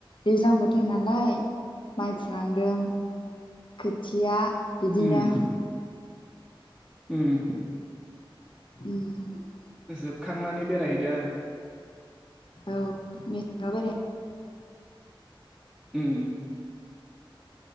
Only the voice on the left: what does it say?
दैज्लां बोथोर नालाय माइ फुनांदों खोथिया बिदिनो
<inaudible>
औ मेसेङाव बेराय